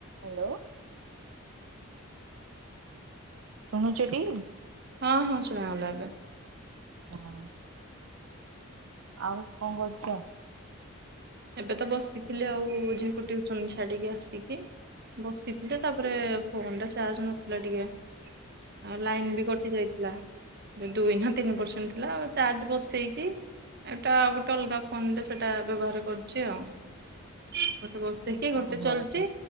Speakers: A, on the right (about 65°); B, on the right (about 45°).
A: Hello ଶୁଣୁଛ ଟି
B: ହଁ ହଁ ସୁଣା ଗଲା ଏବେ
A: ହଁ ଆଉ କଣ କରୁଛ?
B: ଏବେ ତ ବସିଥିଲି, ଆଉ ଝିଅକୁ ଟଉସନ ଛାଡିକି ଆସିକି ବସିଥିଲେ, ତାପରେ ଫୋନ ଟା ଚାର୍ଜ ନଥିଲା ଟିକେ। ଆଉ ଲାଇନ ବି କଟି ଯାଇଥିଲା। ଦୁଇ ନା ତିନି ପରସେଣ୍ଟ ଥିଲା, ଚାର୍ଜ ବସେଇକି ଏଟା ଆଉ ଗୋଟେ ଅଲଗା ଫୋନ ରେ, ସେଟା ବ୍ୟବହାର କର। ଅ ଆଉ ମୁଁ ଏଠି ବସ୍ ଦେଖିକି ଗୋଟେ
A: ଓହୋ
B: ଚଳୁଛି
A: ଆଚ୍ଛା।